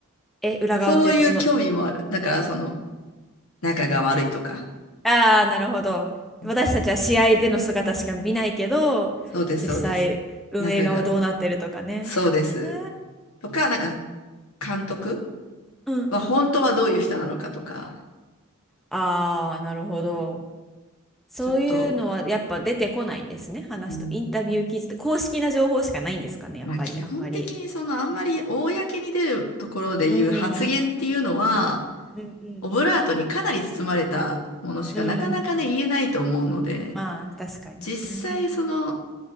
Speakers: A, in the centre; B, on the left (about 80°).
A: え裏側っていうとその
B: そういう興味もある。だから、その、仲が悪いとか。
A: ああ、なるほど。
B: うん
A: 私たちは試合での姿しか見ないけど、
B: そうです、
A: 実際運営側どうなってるとかね。
B: そうです。仲が、そうです。
A: あー
B: とか、なんか、監督
A: うんうん。
B: は本当はどういう人なのかとか、
A: ああ、なるほど。そういうのはやっぱ出てこないんですね、
B: ちょっと、
A: 話と。
B: うん、
A: インタビュー記事と、公式な情報しかないんですかね、
B: まあ基本的にそのあんまり公に出るところで言う発言っていうのは、
A: やっぱり、あんまり。うん、うんうん
B: オブラートにかなり包まれたものしかなかなかね言えないと思うので、
A: うん。うん。まあ、確かにね。
B: 実際その